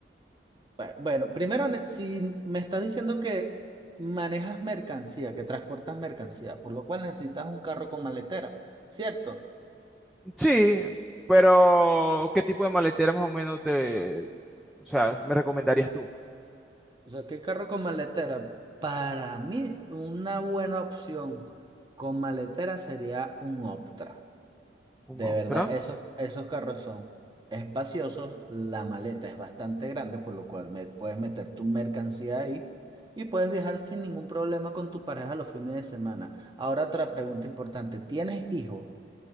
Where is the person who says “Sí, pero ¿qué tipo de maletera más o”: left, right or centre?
Centre